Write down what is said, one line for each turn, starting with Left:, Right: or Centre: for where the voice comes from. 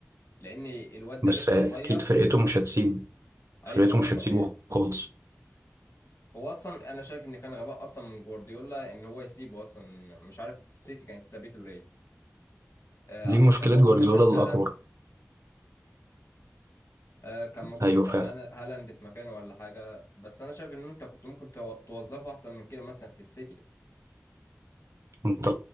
Left: لان الواد ده
Right: بس
Left: لسه
Right: اكيد
Left: صغير
Right: فرقته مش هتسيبه فرقته
Left: ايوه ايوه
Right: مش
Left: طبيعي
Right: هتسيبه خالص
Left: هو اصلا انا شايف ان كان غباء اصلا من جوارديولا ان هو يسيبه اصلا مش عارف السيتي كانت سابته ليه آه، عشان
Right: دي مشكلة
Left: كان موجود
Right: جوارديولا
Left: مثلا
Right: الاكبر
Left: هالاند آه، كان موجود
Right: ايوه
Left: مثلا
Right: فعلا
Left: هالا- هالاند في مكانه ولا حاجه بس انا شايف ان انت كنت ممكن تو- توظفه احسن من كده مثلا في السيتي
Right: انت